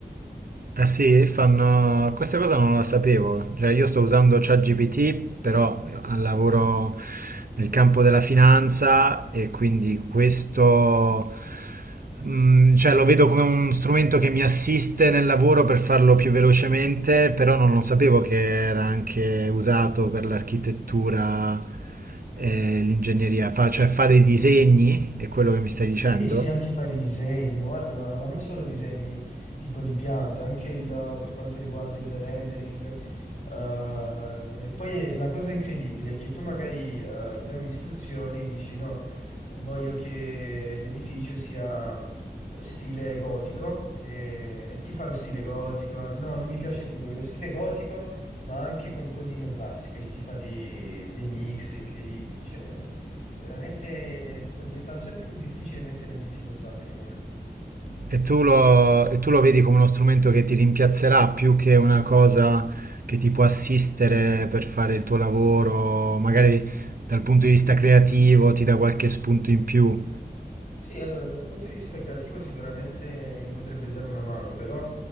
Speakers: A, on the right; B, on the left.
A: Eh sì, fanno... questa cosa non la sapevo, cioè io sto usando ChatGPT, però al lavoro nel campo della finanza e quindi questo, mm, cioè lo vedo come un strumento che mi assiste nel lavoro per farlo più velocemente, però non lo sapevo che era anche usato per l'architettura e l'ingegneria, fa, cioè fa dei disegni, è quello che mi stai dicendo?
B: Sì, sì, anche fare i disegni, guarda, ma, ma non solo disegni tipo di piante, anche il- per quanto riguarda il rendering. eh, e poi la cosa incredibile è che tu magari eh, gli dai un'istruzione e dici no, voglio che l'edificio sia stile gotico e, e ti fa lo stile gotico, no, non mi piace più, voglio lo stile gotico, ma anche con un po' di neoclassico e ti fa dei, dei mix incredibili, cioè Veramente sta diventando sempre più difficile metterla in difficoltà, secondo me.
A: E tu lo, e tu lo vedi come uno strumento che ti rimpiazzerà più che una cosa che ti può assistere per fare il tuo lavoro, magari dal punto di vista creativo ti dà qualche spunto in più.
B: Sì, allora, dal punto di vista creativo sicuramente mi potrebbe dare una mano, però